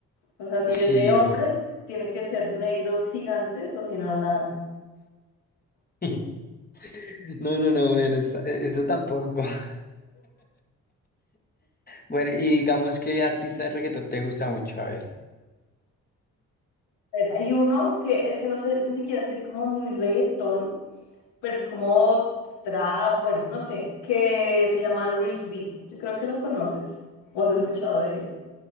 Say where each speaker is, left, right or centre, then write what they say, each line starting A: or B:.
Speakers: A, on the left; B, on the left.
A: O sea, si
B: Sí.
A: es de hombres, tienen que ser negros gigantes o si no, nada.
B: <laughs> No, no, no, bueno, esa- eso tampoco. <laughs> Bueno, y digamos qué artista de reggaetón te gusta mucho. A ver,
A: A ver, hay uno que es que no sé ni siquiera si es como muy reggaetón, pero es como trap, bueno, no sé, que se llama Reels B. Yo creo que lo conoces o has escuchado de él.